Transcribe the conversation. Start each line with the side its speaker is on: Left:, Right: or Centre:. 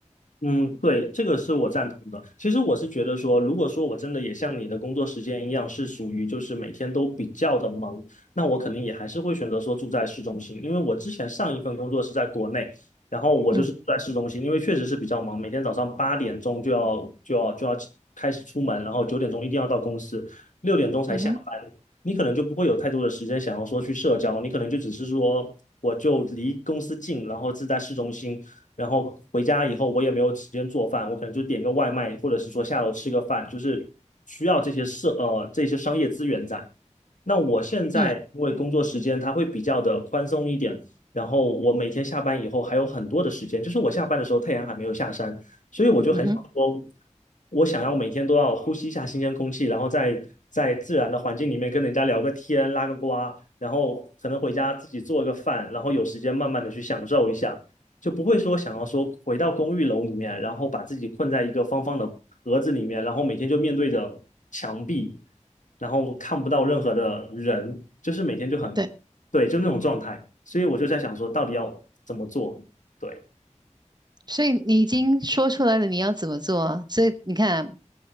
Left: 嗯，对，这个是我赞同的。其实我是觉得说，如果说我真的也像你的工作时间一样，是属于就是每天都比较的忙，那我肯定也还是会选择说住在市中心，因为我之前上一份工作是在国内，然后我就是住在市中心，
Right: 嗯
Left: 因为确实是比较忙，每天早上八点钟就要就要就要开始出门，然后九点钟一定要到公司，六点钟才下班，
Right: 嗯哼，
Left: 你可能就不会有太多的时间想要说去社交，你可能就只是说我就离公司近，然后是在市中心。然后回家以后我也没有时间做饭，我可能就点个外卖，或者是说下楼吃个饭，就是需要这些社呃这些商业资源在。那我现在因为工作时间它会比较的宽松一点，
Right: 嗯
Left: 然后我每天下班以后还有很多的时间，就是我下班的时候太阳还没有下山，所以我就很想说，
Right: 嗯哼，
Left: 我想要每天都要呼吸一下新鲜空气，然后在在自然的环境里面跟人家聊个天、拉个呱，然后可能回家自己做个饭，然后有时间慢慢的去享受一下。就不会说想要说回到公寓楼里面，然后把自己困在一个方方的盒子里面，然后每天就面对着墙壁，然后看不到任何的人，就是每天就很，
Right: 对。
Left: 对，就那种状态。所以我就在想说，到底要怎么做？对，
Right: 所以你已经说出来了，你要怎么做啊？所以你看啊，